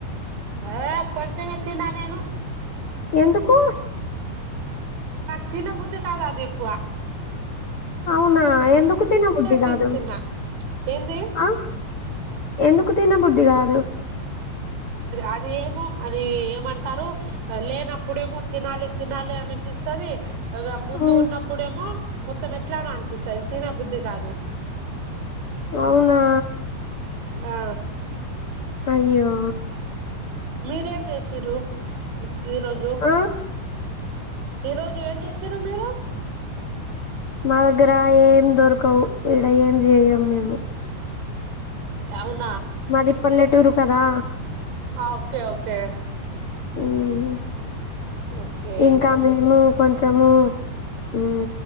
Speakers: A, on the right; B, on the left.
A: హే కొంచమే తిన్నా నేను
B: ఎందుకు
A: తి నా బుద్ధ కా దాద ఎకు
B: అవునా ఎందుకు తినబుద్ధి కాదు
A: పీస్ తిన్నా ఏంది
B: ఆ ఎందుకు తిన బుద్ధి కాదు
A: అది ఏమో అది ఏమంటారు లేనప్పుడేమో తినాలి తినాలి అ పిస్తాది ఇగ ముందు
B: ఉమ్
A: ఉన్నప్పుడేమో మొత్తం ఎట్లానో అనిపిస్తది తిన బుద్ధి కాదు
B: అవునా
A: ఆ
B: అయ్యో
A: మీరేం చేసిర్రు ఈరోజు
B: ఆ
A: ఈ రోజు ఏం చేసిర్రు మీరు
B: మా దగ్గర ఏం దొరకవు ఈడ ఏం జేయము మేము
A: అవును
B: మాది పల్లెటూరు కదా
A: ఆ ఓకే ఓకే
B: ఉమ్
A: ఓకే
B: ఇంకా మేము కొంచము ఉమ్